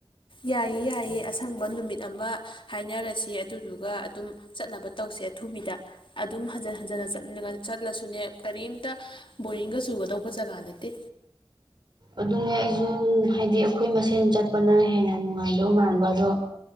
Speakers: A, on the left; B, on the right.
A: ꯌꯥꯏꯌꯦ ꯌꯥꯏꯌꯦ ꯑꯁꯪꯕ ꯅꯨꯃꯤꯠ ꯑꯃ ꯍꯥꯏꯅꯔꯁꯤ ꯑꯗꯨꯗꯨꯒ ꯑꯗꯨꯝ ꯆꯠꯅꯕ ꯇꯧꯁꯦ ꯑꯊꯨꯕꯤꯗ ꯑꯗꯨꯝ ꯍꯟꯖꯟ ꯍꯟꯖꯟꯅ ꯆꯠꯂꯁꯨꯅꯦ ꯀꯔꯤꯝꯇ ꯕꯣꯔꯤꯡꯒ ꯆꯨꯒꯗꯧꯕ ꯖꯒꯥ ꯅꯠꯇꯦ꯫
B: ꯑꯗꯨꯅꯦ ꯑꯩꯁꯨ ꯍꯥꯏꯗꯤ ꯑꯈꯣꯏ ꯃꯁꯦꯟ ꯆꯠꯄꯅ ꯍꯦꯟꯅ ꯅꯨꯡꯉꯥꯏꯗꯧ ꯃꯥꯟꯕ ꯑꯗꯣ